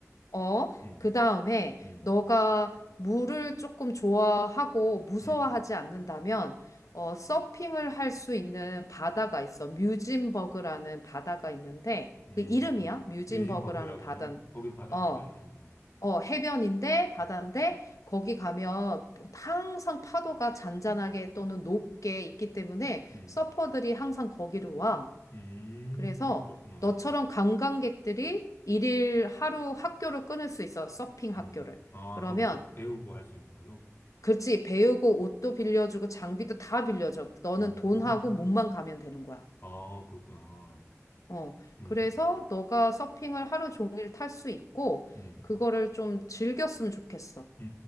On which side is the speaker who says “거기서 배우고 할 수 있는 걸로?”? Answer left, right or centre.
Left